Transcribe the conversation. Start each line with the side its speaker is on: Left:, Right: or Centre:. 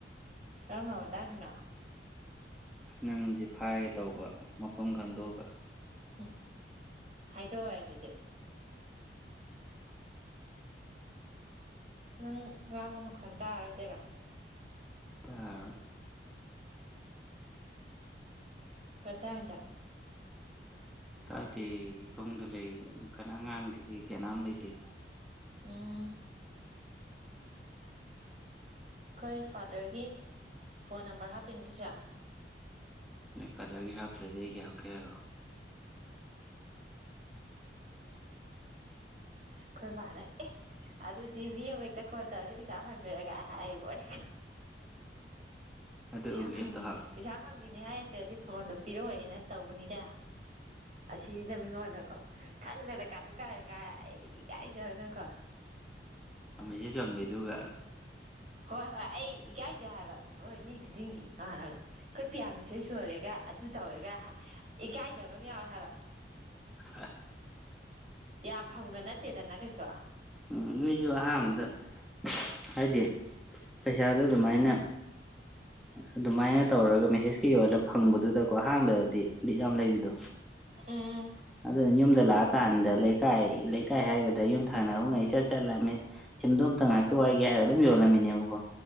Right: ꯀꯔꯝꯕ ꯃꯇꯥꯡꯒꯤꯅꯣ
Centre: ꯅꯪꯁꯦ ꯐꯥꯒꯦ ꯇꯧꯕ ꯃꯐꯝ ꯈꯪꯗꯣꯛꯑꯒ
Right: ꯎꯝ ꯍꯥꯏꯗꯣꯛꯑꯣꯦ ꯑꯗꯨꯗꯤ ꯅꯪ ꯉꯥꯡꯕ ꯃꯈꯣꯟ ꯇꯥꯔꯣꯏꯗꯣꯏꯔꯣ
Centre: ꯇꯔ
Right: ꯀꯗꯥꯗ
Centre: ꯇꯥꯗꯦ ꯏꯨꯡꯗ ꯂꯩ ꯀꯅꯥ ꯑꯉꯥꯡ ꯀꯅꯥꯝ ꯂꯩꯇꯦ
Right: ꯎꯝ ꯑꯩꯈꯣꯏ ꯐꯥꯗꯔꯒꯤ ꯐꯣꯟ ꯅꯝꯕꯔ ꯍꯥꯞꯇꯣꯏꯅꯦꯗꯨꯁꯦ
Centre: ꯀꯗꯒ ꯍꯥ ꯗꯒ ꯀꯦꯔꯣ
Right: ꯈꯣꯏꯕꯥꯅ ꯑꯦ ꯑꯗꯨꯗꯤ ꯃꯤ ꯑꯃ ꯍꯦꯛꯇ ꯀꯣꯜ ꯇꯧꯔꯗꯤ ꯄꯩꯁꯥ ꯐꯪꯗꯔꯒ ꯍꯥꯏꯔꯤꯕꯣꯅꯦ
Centre: ꯑꯗꯨ
Right: ꯄꯩꯁꯥ
Centre: ꯑꯦꯞꯇꯣ
Right: ꯐꯪꯕꯤ
Centre: ꯍꯥꯞ
Right: ꯄꯩꯁꯥ ꯐꯪꯕꯤꯅꯦꯍꯥꯏ ꯠꯇ꯭ꯔꯗꯤ ꯐꯣꯟꯗꯣ ꯄꯤꯔꯛꯑꯣꯦꯅ ꯇꯧꯕꯅꯤꯗ ꯑꯁꯤꯁꯤꯅ ꯃꯤꯉꯣꯟꯗꯀꯣ ꯈꯪꯗꯅ ꯀꯥꯠꯇꯨ ꯀꯥꯔ ꯉꯥꯏ ꯑꯩ ꯏ ꯀꯥꯏꯖꯔꯨꯅꯀꯣ
Centre: ꯑꯃ ꯆꯝꯕꯩ ꯑꯗꯨꯒ
Right: ꯍꯣꯏ ꯍꯣꯏ ꯑꯩ ꯏꯀꯥꯏ ꯁꯦ ꯍꯥꯏꯕ ꯍꯣꯏ ꯃꯤ ꯈꯨꯗꯤꯡꯒꯤ ꯑꯅꯕꯗꯣ ꯑꯩꯈꯣꯏ ꯄꯤꯌꯥꯃꯤꯁꯨ ꯁꯣꯜꯂꯦꯒ ꯑꯗꯨ ꯇꯧꯋꯦꯒ ꯏꯀꯥꯏꯖꯕ ꯑꯃ ꯌꯥꯎꯋꯦ ꯍꯥꯏꯕ
Centre: ꯍ
Right: ꯌꯥꯝ ꯐꯪꯒ ꯅꯠꯇꯦꯗꯅ ꯀꯩꯁꯨ
Centre: ꯎꯝ ꯑꯩꯁꯨ ꯑꯍꯥꯟꯕꯗ ꯍꯥꯏꯗꯤ ꯄꯩꯁꯥꯗ ꯑꯗꯨꯃꯥꯏꯅ ꯑꯗꯨꯃꯥꯏꯅ ꯇꯧꯔꯒ ꯃꯦꯁꯦꯁꯀꯤ ꯑꯣꯏꯜꯂ ꯐꯪꯕꯗꯨꯗꯀꯣ ꯑꯍꯥꯟꯕꯗꯗꯤ ꯕꯤꯠ ꯌꯥꯝ ꯂꯩꯕꯤꯗꯣ
Right: ꯎꯝ
Centre: ꯑꯗꯨꯅ ꯌꯨꯝꯗ ꯂꯥꯛꯑꯀꯥꯟꯗ ꯂꯩꯀꯥꯏ ꯂꯩꯀꯥꯏ ꯍꯥꯏꯒꯗ꯭ꯔꯥ ꯌꯨꯝ ꯊꯪꯅꯕ ꯉꯩ ꯆꯠ ꯆꯠꯂꯃꯤ ꯁꯤꯝꯗꯣꯝꯇ ꯉꯥꯏꯍꯥꯛꯇ ꯋꯥꯏꯒꯦ ꯍꯥꯏꯔꯒ ꯑꯗꯨꯝ ꯌꯣꯜꯂꯝꯃꯤꯅꯦꯕꯀꯣ